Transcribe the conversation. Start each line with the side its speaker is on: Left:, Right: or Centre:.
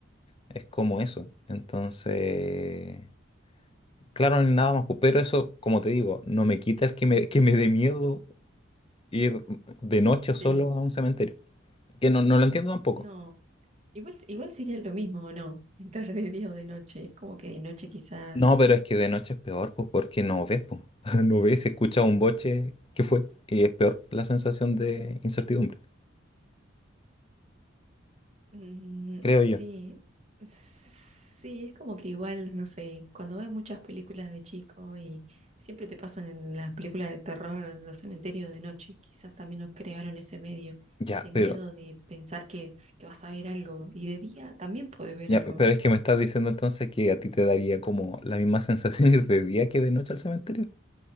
Left: Es como eso. Entonces, claro, ni nada más. pues, Pero eso, como te digo, no
Right: <laughs>
Left: me quita el que me, que me dé miedo ir de noche
Right: sí.
Left: solo a un cementerio. Que no, no lo entiendo tampoco.
Right: No. Igual, igual sería lo mismo, ¿o no? Entrar de día o de noche. Como que de noche quizás.
Left: No, pero es que de noche es peor, pues porque no ves, pues. <laughs> No ves, escuchas un boche, ¿qué fue? Y es peor la sensación de incertidumbre.
Right: Mm,
Left: Creo
Right: sí,
Left: yo.
Right: sí, es como que igual, no sé, cuando ves muchas películas de chico y siempre te pasan en las películas de terror, los cementerios de noche, quizás también nos crearon ese medio,
Left: Ya,
Right: ese miedo
Left: pero
Right: de pensar que, que vas a ver algo y de día también puedes ver
Left: Ya,
Right: algo.
Left: pero es que me estás diciendo entonces que a ti te daría como las mismas sensaciones de día que de noche al cementerio.